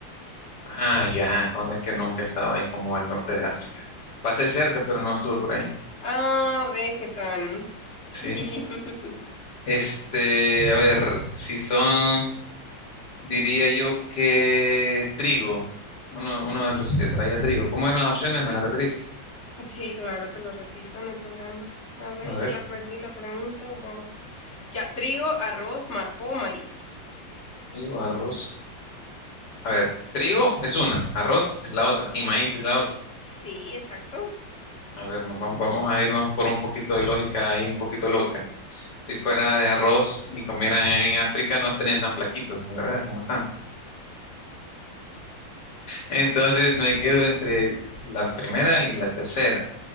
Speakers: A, on the left; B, on the left.
A: Ah, ya, con- es que nunca estaba ahí como al norte de África. Pasé cerca, pero no estuve por ahí.
B: Ah, ve que Tani. <laughs>
A: Sí. Este, a ver, si son, diría yo que trigo. Uno, uno de los que traía trigo. ¿Cómo eran las opciones? ¿Me las repetís?
B: Sí, claro, te lo repito, no hay problema. A ver,
A: A ver,
B: que la perdí la pregunta. Wow. Ya, trigo, arroz ma o maíz.
A: trigo, arroz. A ver, trigo es una, arroz es la otra y maíz es la otra.
B: Sí, exacto.
A: A ver, nos vam- vamos a irnos por un poquito de lógica ahí, un poquito loca. Si fuera de arroz y comieran en África, no estarían tan flaquitos, ¿verdad? Como están. Entonces me quedo entre la primera y la tercera.